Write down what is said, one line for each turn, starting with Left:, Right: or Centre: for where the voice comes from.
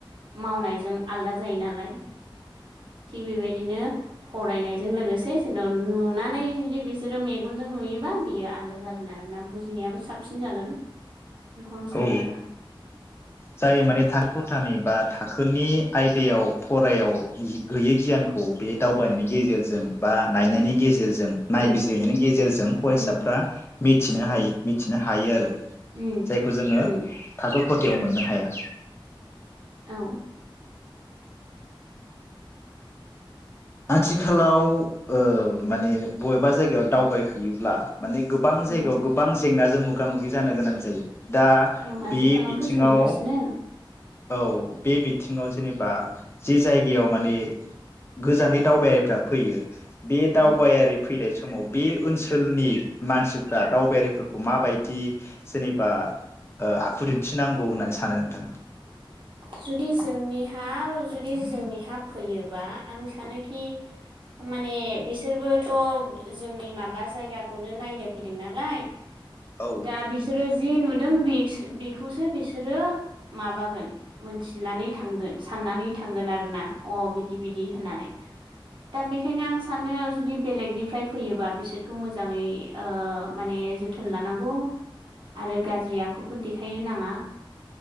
Right: मावनायजों आलदा जायो नालाय थि बेबायदिनो फरायनायजों लोगोसे जेन नुनानै जु बिसोरो मेगजों नुयोबा बियो आलदा जागोन आरोना बुजिनायाबो साबसिन जागोन। बेखौ आं सानो
Left: औ
Right: आरो
Left: जाय माने थार खथानि बा थाखोनि आयदायाव फरायाव गोयै गियानखौ बे दावबायनायनि गेजेरजों बा नायनायनि गेजेरजों नायबिजिरनायनि
Right: उम
Left: गेजेरजों फरायसाफोरा
Right: उम
Left: मिथिनो
Right: उम
Left: हायो मिथिनो हागोन हायो आरो
Right: उम
Left: जायखौ जोङो
Right: उम
Left: थाखो ख खथायाव मोननो हाया।
Right: औ
Left: आथिखालाव ओ माने बबेबा जायगायाव दावबायहैयोब्ला माने गोबां
Right: उम
Left: जायगायाव गोबां जेंनाजों मोगा मोगि जानो गोनां जायो। दा
Right: औ आथिखालावथ'
Left: बे बिथिङाव
Right: सोलिगासिनो
Left: औ बे बिथिङाव जेनेबा जि जायगायाव माने गोजाननि दावबायारिफ्रा फैयो बे
Right: उम
Left: दावबायारि फैनाय समाव बे ओनसोलनि मानसिफ्रा दावबायारिफोरखौ माबायदि जेनेबा आखु दिन्थिनांगौ होननानै सानो नोंथाङा।
Right: जुदि जोंनिहा जुदि जोंनिहा फैयोबा आं सानोखि माने बिसोरबोथ जोंनि माबा जायगाखौनो नायनो फैदों नालाय
Left: औ
Right: दा बिसोरो ज जे नुदों बेखौसो बिसोरो माबागोन मोनथिनानै थांगोन साननानै थांगोन आरोना अ बिदि बिदि होननानै दा बेखायनो आं सानो जुदि बेलेगनिफ्राय फैयोबा बिसोरखौ मोजाङै ओ माने जोथोन लानांगौ आरो गाज्रि आखुफोर देखायनो नाङा।